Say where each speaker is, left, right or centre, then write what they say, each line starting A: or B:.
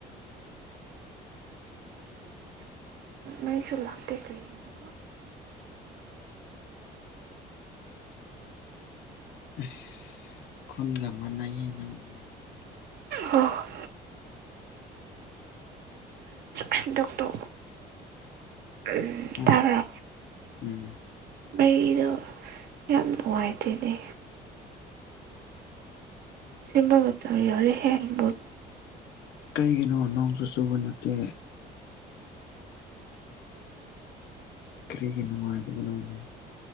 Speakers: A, on the right; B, on the left.
A: ꯃꯩꯁꯨ ꯂꯥꯛꯇꯦ ꯀꯩꯒꯤꯅꯣ
B: ꯑꯁ ꯈꯨꯟꯒ ꯃꯥꯟꯅꯩꯌꯦ ꯅꯪ ꯅꯣꯏꯒꯤ ꯀꯩꯅꯣꯁꯦ
A: ꯑꯣ ꯍꯟꯗꯛꯇꯣ ꯎꯝ
B: ꯑꯝ ꯎꯝ
A: ꯇꯥꯕ꯭ꯔꯣ ꯃꯩꯗꯣ ꯌꯥꯝ ꯅꯨꯡꯉꯥꯏꯇꯦꯅꯦ ꯁꯦꯝꯕ ꯃꯇꯝ ꯌꯧꯔꯦꯍꯦ ꯑꯩꯕꯨ
B: ꯀꯩꯒꯤꯅꯣ ꯅꯣꯡꯁꯨ ꯆꯨꯕ ꯅꯠꯇꯦ ꯀꯔꯤꯒꯤ ꯅꯨꯡꯉꯥꯏꯗꯕꯅꯣꯅꯦ